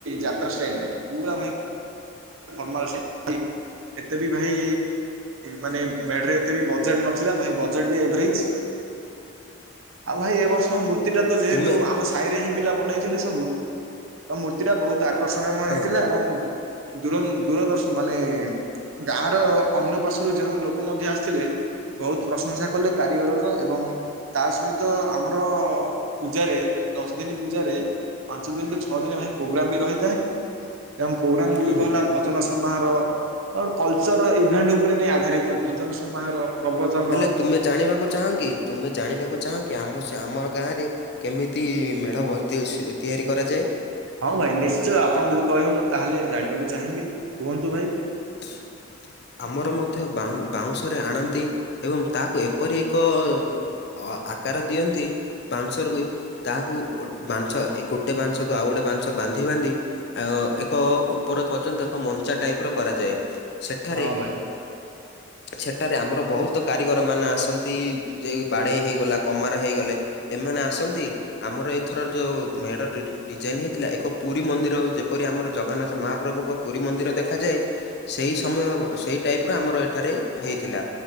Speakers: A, on the right; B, on the left.
A: ଯାତ୍ରା ଷ୍ଟାଇଲ ନାହିଁ। ପୁରା ଭାଇ ଫର୍ମାଲ <unintelligible> ଏତେ ବି ଭାଇ ମାନେ ମେଢ଼ ରେ ଏତେ ବି ବଜେଟ୍ ନ ଥିଲା ଭାଇ। ବଜେଟ୍ ବି ଏଭରେଜ୍। ଆଉ ଭାଇ ଏ ବର୍ଷ ମୂର୍ତ୍ତିଟା ତ ଯେହେତୁ
B: ତୁମେ
A: ଆମ ସାହି ରେ ହିଁ ପିଲା ବନେଇଥିଲେ ସବୁ। ଆଉ ମୂର୍ତ୍ତିଟା ବହୁତ ଆକର୍ଷଣୀୟମୟ
B: ହଁ
A: ହେଇଥିଲା। ଏବଂ ଦୂର ଦୂରଦର୍ଶନ ମାନେ ଗାଁର ଅନ୍ୟ ପାଶରୁ ଯେଉଁ ଲୋକ ମଧ୍ୟ ଆସି ଥିଲେ, ବହୁତ ପ୍ରଶଂସା କଲେ କାରିଗରର ଏବଂ ତା ସହିତ ଆମର ପୂଜାରେ ଦଶ ଦିନ ପୂଜାରେ ପାଞ୍ଚ ଦିନରୁୁ ଛଅ ଦିନ ଭାଇ ପ୍ରୋଗ୍ରାମ୍ ବି ରହିଥାଏ। <unintelligible>
B: ହୁଁ ହୁଁ
A: ଭଜନ ସମାହାର କଲଚର ଇଭେଣ୍ଟ ଉପରେ ନେଇ ଆଧାରିତ ଭଜନ ସମାହାର। ପ୍ରବଚନ
B: ହେଲେ ତୁମେ ଜାଣିବାକୁ ଚାହଁ କି ତୁମେ ଜାଣିବାକୁ ଚାହଁ କି ଆମ ଆମର ଗାଁ ରେ କେମିତି ମେଢ <unintelligible> ତିଆରି କରାଯାଏ?
A: ହଁ ଭାଇ ନିଶ୍ଚୟ। ଆପଣ ଯଦି କହିବେ ମୁଁ ତାହେଲେ ଜାଣିବାକୁ ଚାହିଁବି। କୁହନ୍ତୁ ଭାଇ।
B: <inaudible> ଆମର ମଧ୍ୟ ବାଉଁ ବାଉଁଶରେ ଆଣନ୍ତି ଏବଂ ତାହାକୁ ଏପରି ଏକ ଅ ଆକାର ଦିଅନ୍ତି ବାଂଶ ରୁବଏ ତାହାକୁ ବାଂଶ ଏ ଗୋଟେ ବାଂଶକୁ ଆଉ ଗୋଟେ ବାଂଶ ବାନ୍ଧି ବାନ୍ଧି ଆ ଏକ ଉପର ପର୍ଯ୍ୟନ୍ତ ମଞ୍ଚା ଟାଇପ ର କରାଯାଏ। ସେଠାରେ,
A: ହଁ ଭାଇ
B: ସେଠାରେ ଆମର ବହୁତ ତ କାରିଗର ମାନେ ଆସନ୍ତି। ଯେ ବାଢେଇ ହେଇଗଲା କମାର ହେଇଗଲେ ଏମାନେ ଆସନ୍ତି ଆମର ଏଥର ଯୋଉ ମେଢ଼। <unintelligible> ଡିଜାଇନ ହେଇଥିଲା, ଏକ ପୁରୀ ମନ୍ଦିର ଯେପରି ଆମର ଜଗନ୍ନାଥ ମହାପ୍ରଭୁଙ୍କ ପୁରୀ ମନ୍ଦିର ଦେଖାଯାଏ। ସେଇ ସମୟ ସେଇ ଟାଇପ୍ ର ଆମର ଏଠାରେ ହେଇଥିଲା।